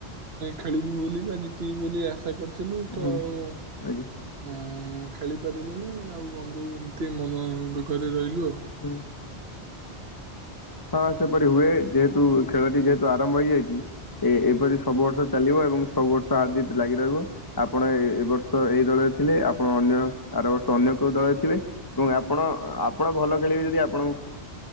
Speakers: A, on the right; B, on the left.
A: ଖେଳିବୁ ବୋଲି ବା ଜିତିବୁ ବୋଲି ଆଶା କରୁ ଥିଲୁ ତ
B: ହୁଁ
A: ଆଉ
B: ଆଜ୍ଞା
A: ହଁ ଖେଳି ପାରିଲୁନି ଆଉ ବନ୍ଧୁ ଏମିତି ମନ ଦୁଃଖରେ ରହିଲୁ ଆଉ
B: ହୁଁ। ହଁ ସେପରି ହୁଏ ଯେହେତୁ ଖେଳଟି ଯେହେତୁ ଆରମ୍ଭ ହେଇଯାଇଚି। ଏ ଏପରି ସବୁ ବର୍ଷ ଚାଲିବ ଏବଂ ସବୁ ବର୍ଷ ହାର ଜିତ୍ ଲାଗି ରହିବ। ଆପଣ ଏବର୍ଷ ଏଇ ଦଳରେ ଥିଲେ ଆପଣ ଅନ୍ୟ ଆର ବର୍ଷ ଅନ୍ୟ କୋଉ ଦଳରେ ଥିବେ। ଏବଂ ଆପଣ ଆପଣ ଭଲ ଖେଳିବେ ଯଦି ଆପଣଙ୍କୁ